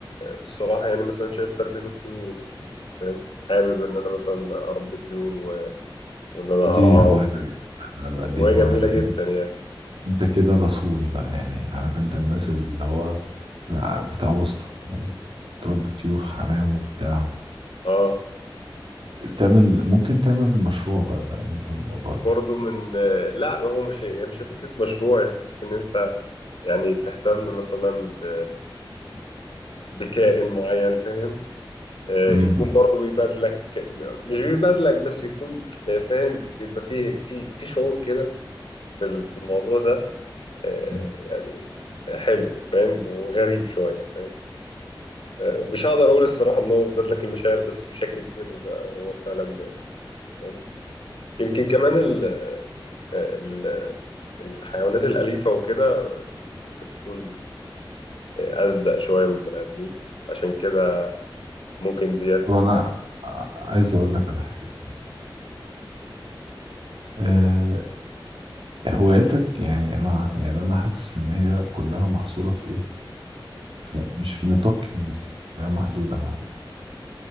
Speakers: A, on the left (about 80°); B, on the right (about 80°).
A: الصراحة يعني مثلا شايف تربية الطيور فاهم حابب ان انا مثلا اربي طيور و... وان انا
B: دي
A: ارعاهم
B: هواية لا
A: وهي
B: لا دي هواية
A: جميله جدا
B: انت
A: يعني
B: انت كده رسول بقى يعني عارف انت الناس اللي هو بتاع وسط يعني تربي طيور حمام وبتاع
A: اه
B: وتعمل ممكن تعمل مشروع بقى فاهم انت الموضوع
A: وبرضه
B: ده
A: من لا هو مش هي مش فكره مشروع هي فكره ان انت يعني تهتم مثلا ب... بكائن معين فاهم آه،
B: مم.
A: يكون برضه بيبادلك مش بيبادلك بس يكون آه، فاهم بيبقى فيه في في شعور كده في ال- في الموضوع ده آه،
B: مم.
A: يعني حلو فاهم وغريب شويه فاهم. مش هقدر اقول الصراحه ان هو بيبادلك لك المشاعر بس بشكل كبير هو فعلا بيعمل فاهم يمكن كمان ال ال الحيوانات الاليفه وكده ممكن تكون اصدق شويه من البني ادمين عشان كده ممكن ديت
B: طب انا عايز اقول لك على حاجه أه هواياتك يعني انا يعني انا حاسس ان هي كلها محصوره في ايه في مش في نطاق كبير يعني هتلاقيها محدودة نوعا ما